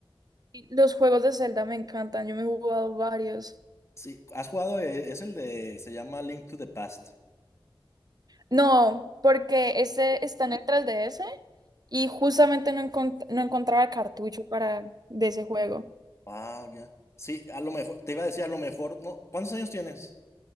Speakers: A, on the right (about 45°); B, on the left (about 30°).
A: Y Los juegos de Zelda me encantan, yo me he jugado varios.
B: Sí, has jugado, eh, es el de, se llama Link to the Past.
A: No, porque ese está en el 3DS y justamente no, encont- no encontraba cartucho para de ese juego.
B: Ah, ya. Sí, a lo mejor, te iba a decir, a lo mejor, no, ¿cuántos años tienes?